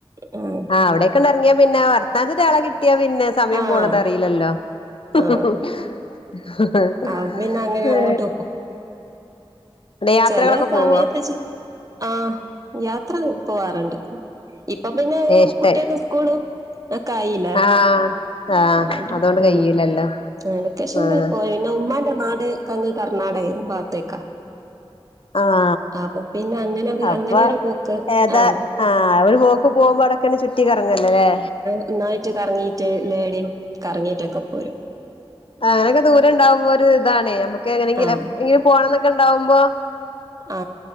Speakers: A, on the right; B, on the left.
A: ഉം
B: ആഹ് അവിടെക്ക് ഇറങ്ങിയാ പിന്നെ വർത്താനത്തിന് ആളെ കിട്ടിയാ പിന്നെ സമയം
A: ആഹ്
B: പോണത് അറിയില്ലല്ലോ
A: ആഹ്
B: ഹ് ഹ്
A: ആഹ് പിന്നെ അങ്ങനെ
B: ഹെ
A: അങ്ങോട്ട്
B: യാത്രകളൊക്കെ
A: ചെലേ സമയത്ത്
B: പോവോ
A: ആ യാത്ര പോവാറ്ണ്ട്. ഇപ്പൊ പിന്നെ
B: ഏഹ് ഇഷ്ട
A: കുട്ട്യേക്ക് സ്കൂളും. ഇങ്ങക്കായില്ല.
B: ആഹ് ആഹ്
A: അതോണ്ട് ഉം.
B: കയ്യൂലല്ലോ
A: ആ വെക്കേഷന്
B: ആഹ്
A: പോയണം പിന്നെ ഉമമാന്റെ നാട്ങ്ങ് കർണാടകയ ഭാഗത്തേക്കാ
B: ആഹ്
A: അപ്പൊ പിന്നെ അങ്ങനെ
B: ആ. അപ്പൊ
A: അങ്ങനെ ഒരു പോക്ക്
B: ഏതാ
A: ആഹ്
B: ആ അവര് പോക്ക് പോകുമ്പോ ഔടെക്കൊന്ന് ചുറ്റ് റ്റി കറങ്ങല്ലെലെ.
A: നന്നായിട്ട് കറങ്ങീട്ട് എലേടിം കറങ്ങിയിട്ടൊക്കെ പോരും.
B: അങ്ങനൊക്കെ ദൂരം ഇണ്ടാവുമ്പോ ഒരു ഇതാണെ. നമ്മക്ക് എങ്ങനെങ്കില
A: ആഹ്
B: പ് ഇങ്ങനെ പോണംന്നൊക്കെ ഇണ്ടാവുമ്പം.
A: ആ